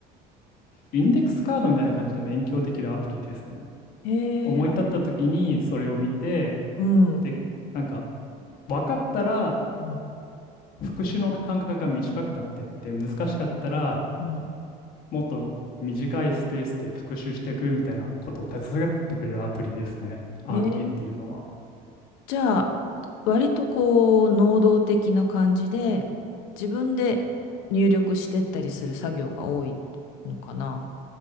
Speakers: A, on the left (about 60°); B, on the left (about 85°).
A: インデックスカードみたいな感じで勉強できるアプリですね。
B: へえ、
A: 思い立った時にそれを見て、
B: あうん、う
A: で、なんか分かったら
B: ん、
A: 復習の間隔が短くなってって、難しかったら
B: うん。
A: もっと短いスペースで復習していくみたいなことを手伝ってくれるアプリですね。暗記っていうのは。
B: へえ。じゃあ、割とこう、能動的な感じで、自分で入力してったりする作業が多いのかな。